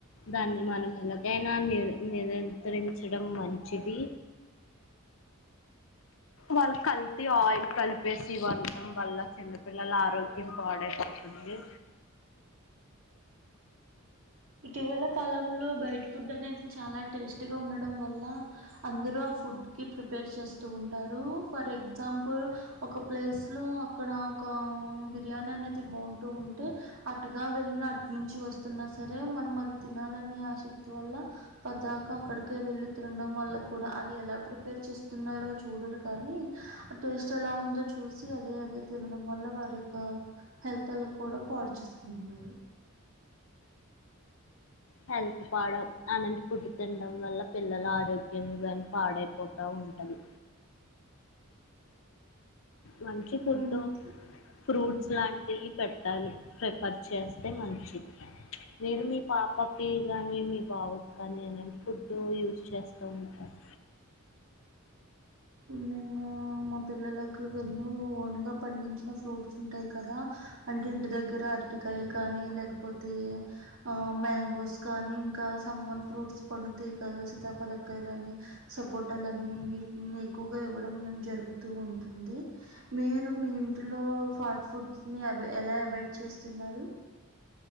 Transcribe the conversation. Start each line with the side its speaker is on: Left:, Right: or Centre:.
Left: దాన్ని మనం ఎలాగైనా ని నిరంత్రించడం మంచిది వాళ్ళ కల్తీ ఆయిల్ కలిపేస్త జీవంతం వల్ల చిన్నపిల్లలు ఆ ఆరోగ్యం పాడైపోతుంది
Right: ఇటీవల కాలంలో బైటి ఫుడ్ అనేది చాలా టేస్టీగా ఉండడం వల్ల అందరు ఆ ఫుడ్ కి ప్రిపేర్ చేస్తూ ఉంటారు ఫర్ ఎగ్జాంపుల్ ఒక ప్లేస్ లో అక్కడ ఒక బిర్యానీ అనేది బాగుంటూ ఉంటే అటుగా వెళ్ళిన అటు నుంచి వస్తున్న సరే మనం అది తినాలనే ఆసక్తి వల్ల పెద్దకా అక్కడికే వెళ్ళి తినడం వల్ల కూడా అది ఎలా ప్రిపేర్ చేస్తున్నారో చూడరు కానీ ఆ టేస్ట్ ఎలా ఉందో చూసి అదే అదే తినడం వల్ల వారి యొక్క హెల్త్ల కూడా పాడు చేసుకుంటున్నారు
Left: హెల్త్ పాడం అలాంటి పుడ్ట్టు తినడం వల్ల పిల్లల ఆరోగ్యం కానీ పాడైపోతా ఉంటది మంచి
Right: మీ
Left: ఫుడ్
Right: ఇంట్లో
Left: ఫ్రూట్స్
Right: మ్మ్.
Left: లాంటివి పెట్ట ప్రిఫర్ చేస్తే మంచిది మీరు మీ పాప కి కానీ మీ బాబుకి కానీ ఎలాంటి ఫుడ్డు యూస్ చేస్తూ ఉంటారు
Right: మేము మా పిల్లలకువన్నీ ఓన్గా పండించిన ఫ్రూట్స్ ఉంటాయ్ కదా, అంటే ఇంటి దగ్గర అరటికాయలు కానీ లేకపోతే ఆ మ్యాంగోస్ కానీ, ఇంకా సమ్మర్ ఫ్రూట్స్ పండుతాయి కదా సీతాఫలకాయలు అని సపోటలు అని ఇ ఉమ్ ఎక్కువగా ఇవ్వడం నేన్ జరుగుతూ ఉంటుంది. మీరు మీ ఇంటిలో ఫాస్ట్ ఫుడ్స్ని అవ్ ఎలా అవాయిడ్ చేస్తున్నారు?